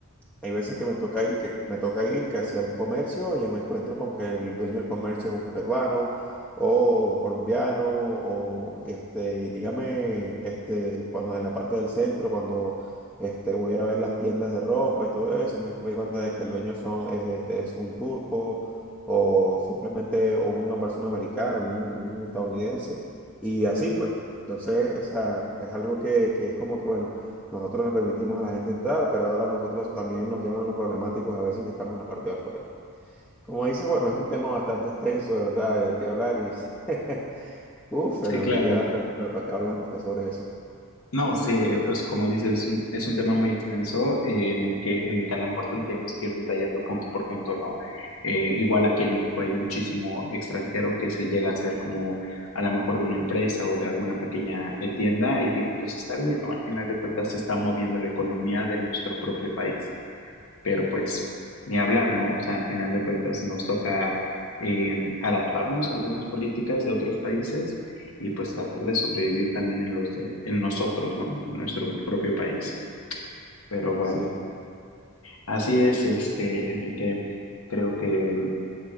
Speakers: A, in the centre; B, on the left (about 65°).
A: Hay veces que me toca ir, que me toca ir casi a un comercio y me encuentro con que el dueño del comercio es un peruano o un colombiano o este, dígame, este, cuando en la parte del centro, cuando este, voy a ver las tiendas de ropa y todo eso, y me doy cuenta de que el dueño son, es, este, es un turco o simplemente o una persona americana, un, un estadounidense y así pues. Entonces, esa es algo que, que es como que, bueno. Nosotros les permitimos a la gente entrar, pero ahora nosotros también nos llaman los problemáticos a veces que estamos en la parte de afuera. Como dices, bueno, es un tema bastante extenso, de verdad, de qué hablar y <laughs> uf, se
B: Sí,
A: nos
B: claro.
A: diría bastante rato acá hablando sobre eso.
B: No, sí, eh, es como dices, es un, es un tema muy extenso eh, en el que, en el que a lo mejor tendríamos que ir detallando punto por punto, ¿no? Eh, igual aquí en México hay muchísimo extranjero que se llega a ser como a lo mejor de una empresa o de alguna pequeña eh, tienda y digo, pues está bien, ¿no? Al final de cuentas se está moviendo la economía de nuestro propio país pero pues ni hablar, ¿no? O sea, al final de cuentas nos toca eh, adaptarnos a algunas políticas de otros países y pues tratar de sobrevivir también en los de, en nosotros, ¿no? En nuestro propio país. Pero bueno,
A: Sí.
B: así es, este, Enrique. Creo que